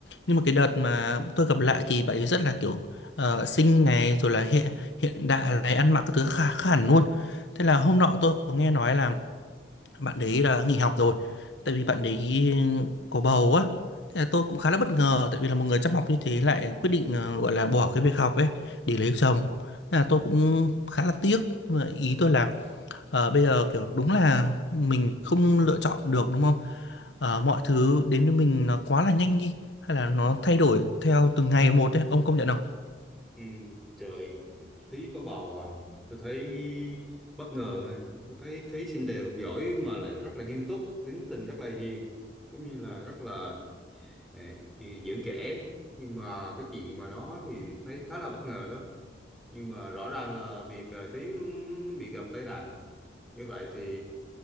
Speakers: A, on the left; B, in the centre.
A: nhưng mà cái đợt mà tôi gặp lại thì bạn ấy rất là kiểu ờ, xinh này rồi là hiện hiện đại này ăn mặc các thứ khá khá hẳn luôn thế là hôm nọ tôi có nghe nói là bạn đấy là nghỉ học rồi tại vì bạn đấy có bầu á thế là tôi cũng khá là bất ngờ tại vì là một người chăm học như thế lại quyết định ờ, gọi là bỏ cái việc học ấy để lấy chồng Thế là tôi cũng khá là tiếc nhưng mà ý tôi là ờ, bây giờ kiểu đúng là mình không lựa chọn được đúng không ờ, mọi thứ đến với mình nó quá là nhanh đi hay là nó thay đổi theo từng ngày một ấy ông công nhận không
B: Ừ, trời, Thúy có bầu à. Tôi thấy bất ngờ nha. Tôi thấy Thúy xinh đẹp học giỏi mà lại rất là nghiêm túc, tính tình rất là hiền giống như là rất là Nè, thì giữ kể nhưng mà cái chuyện mà đó thì thấy khá là bất ngờ đó nhưng mà rõ ràng là việc ờ, Thúy bị gặp tai nạn như vậy thì